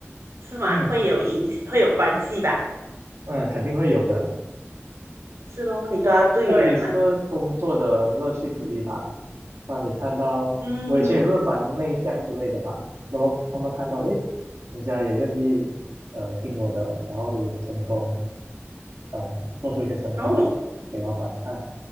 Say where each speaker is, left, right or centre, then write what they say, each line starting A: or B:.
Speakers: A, on the right (about 85°); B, on the right (about 70°).
A: 是吗？
B: 嗯
A: 会有影会有关系吧？
B: 嗯，肯定会有的。
A: 是咯，
B: 不过这也是工作的乐趣之一吧。
A: 你都要对人嘛，
B: 当你看到我以前也是蛮内向之类的吧，
A: 嗯。
B: 然后慢慢看到，诶，人家也愿意呃听我的，然后也成功展做出一些成绩出给老板看，
A: 哦，